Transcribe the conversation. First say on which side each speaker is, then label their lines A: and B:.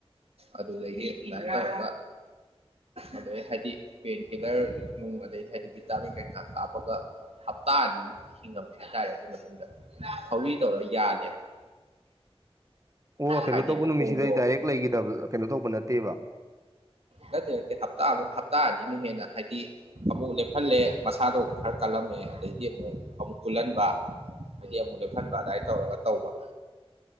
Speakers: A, on the right; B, on the right.
A: ꯑꯗꯨꯗꯒꯤ ꯑꯗꯥꯏ ꯇꯧꯔꯒ ꯑꯗꯩ ꯍꯥꯏꯗꯤ ꯄꯦꯟꯀꯤꯂ꯭ꯔ ꯅꯨꯡ ꯑꯗꯩ ꯍꯥꯏꯗꯤ ꯚꯤꯇꯥꯃꯤꯟ ꯀꯩꯀꯥ ꯀꯥꯞꯄꯒ ꯍꯞꯇꯥ ꯑꯅꯤꯃꯨꯛ ꯍꯤꯡꯉꯝꯃꯦ ꯍꯥꯏꯇꯥꯔꯦ ꯑꯗꯨ ꯃꯇꯨꯡꯗ ꯊꯧꯔꯤ ꯇꯧꯔ ꯌꯥꯜꯂꯦꯕ <inaudible>
B: ꯑꯣ ꯀꯩꯅꯣ
A: ꯍꯥꯏꯗꯤ
B: ꯇꯧꯕ
A: ꯃꯈꯣꯡꯗꯣ
B: ꯅꯨꯃꯤꯠꯁꯤꯗꯩ ꯗꯥꯏꯔꯦꯛ ꯂꯩꯒꯤꯗꯕ ꯀꯩꯅꯣ ꯇꯧꯕ ꯅꯠꯇꯦꯕ
A: ꯅꯠꯇꯦ ꯅꯠꯇꯦ ꯍꯞꯇꯥꯃꯨꯛ ꯍꯞꯇꯥ ꯑꯅꯤꯃꯨꯛ ꯍꯦꯟꯅ ꯍꯥꯏꯗꯤ ꯑꯃꯨꯛ ꯂꯦꯞꯐꯜꯂꯦ ꯃꯁꯥꯗꯣ ꯑꯃꯨꯛ ꯈꯔ ꯀꯜꯂꯝꯃꯦ ꯑꯗꯩꯗꯤ ꯑꯃꯨꯛ ꯑꯃꯨꯛ ꯀꯨꯜꯍꯟꯕ ꯍꯥꯏꯗꯤ ꯑꯃꯨꯛ ꯂꯦꯞꯐꯟꯕ ꯑꯗꯥꯏ ꯇꯧꯔꯒ ꯇꯧꯕ